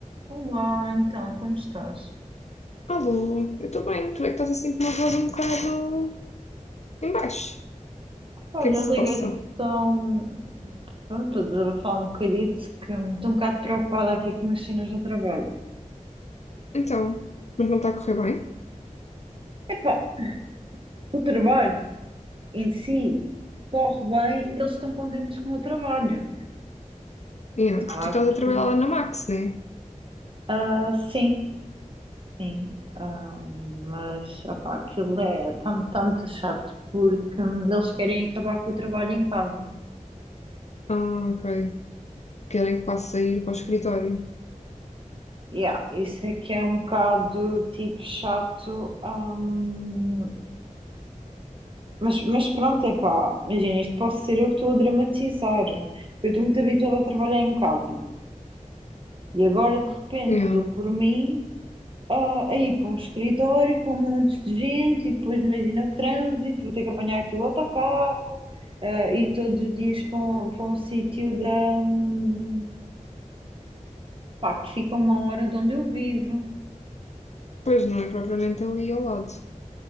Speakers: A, on the right (about 40°); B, on the left (about 55°).
A: Olá, então, como estás?
B: Alô, eu estou bem. Tu é que estás assim com uma voz um bocado em baixo.
A: Olha,
B: O que é que
A: eu
B: se
A: liguei-te
B: passa?
A: só hum, pronto, para desabafar um bocadito, que hum, estou um bocado preocupada aqui com as cenas do trabalho.
B: Então, mas não está a correr bem?
A: Epá, o trabalho em si corre bem, eles estão contentes com o trabalho.
B: Yeah,
A: Há
B: porque tu estás
A: aqui,
B: a trabalhar lá na Max, né?
A: ah, sim, sim, ah, mas opá, aquilo é, está muito chato, porque hum, eles querem acabar com o trabalho em casa.
B: Ah, ok. Querem que passe a ir para o escritório.
A: Yeah, isso é que é um bocado tipo chato. hum, Mas, mas pronto, é pá, imagina, isto posso ser eu que estou a dramatizar. Eu estou muito habituada a trabalhar em casa e agora de repente
B: Yeah.
A: dou por mim a, a ir para um escritório com montes de gente e depois imagina o trânsito, vou ter que apanhar aqui o autocarro ah, e todos os dias para um, para um sítio da, hum, pá, que fica a uma hora de onde eu vivo.
B: Pois não é propriamente ali ao lado.